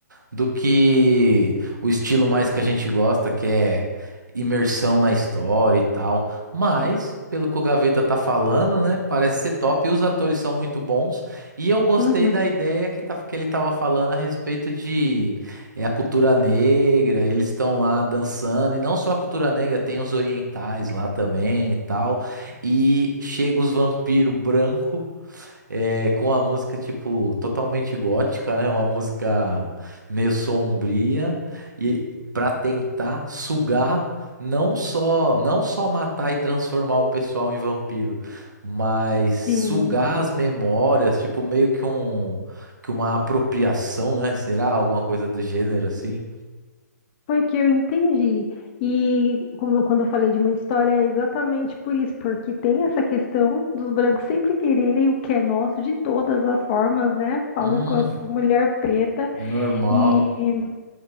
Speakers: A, on the right (about 85°); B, on the left (about 35°).
A: do que o estilo mais que a gente gosta, que é imersão na história e tal. Mas, pelo que o Gaveta tá falando, né? Parece ser top. E os atores são muito bons. E eu gostei
B: Uhum.
A: da ideia que, tá, que ele tava falando a respeito de é, a cultura negra. Eles estão lá dançando. E não só a cultura negra, tem os orientais lá também e tal. E chega os vampiros branco é, com a música, tipo, totalmente gótica, né? Uma música meio sombria e para tentar sugar não só não só matar e transformar o pessoal em vampiro, mas sugar
B: Sim,
A: as memórias, tipo, meio que um que uma apropriação, né? Será alguma coisa do gênero assim?
B: foi que eu entendi. E como eu- quando eu falei de muita história, é exatamente por isso, porque tem essa questão dos brancos sempre quererem o que é nosso de todas as formas, né? Falo
A: Hum,
B: enquanto mulher preta
A: normal.
B: e,